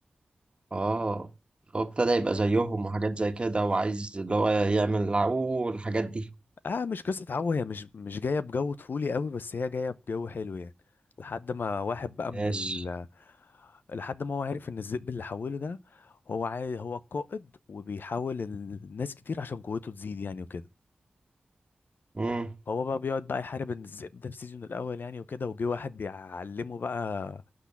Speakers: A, on the right; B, on the left.
A: اه هو ابتدى يبقى زيهم وحاجات زي كده وعايز اللي هو يعمل عو والحاجات دي
B: اه مش قصة عو هي مش مش جاية بجو طفولي قوي بس هي جاية بجو حلو يعني لحد ما واحد بقى من
A: ماشي
B: ال لحد ما هو عارف ان الذئب اللي حوله ده هو عاي... هو القائد وبيحاول الناس كتير عشان قوته تزيد يعني وكده
A: مم.
B: هو بقى بيقعد بقى يحارب ان الذئب ده في سيزون الاول يعني وكده وجه واحد بيعلمه بقى